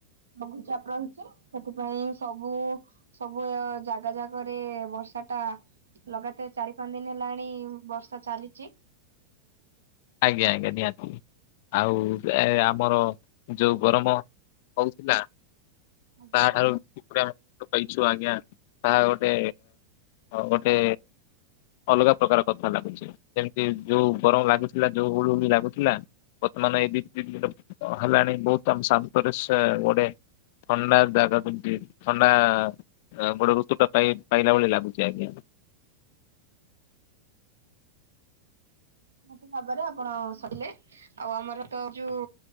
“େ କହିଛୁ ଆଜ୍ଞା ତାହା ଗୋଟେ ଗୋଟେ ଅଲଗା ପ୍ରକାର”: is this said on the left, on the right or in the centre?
Left